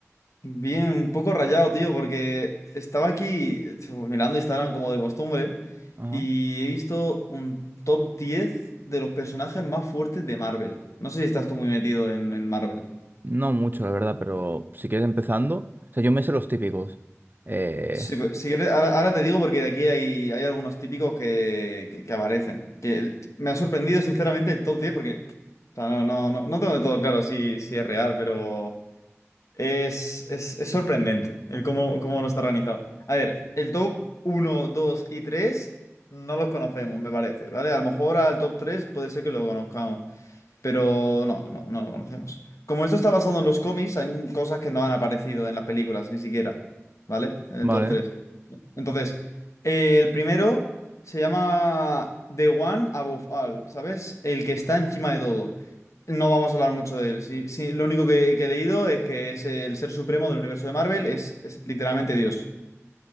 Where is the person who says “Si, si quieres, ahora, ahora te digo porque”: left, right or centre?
Left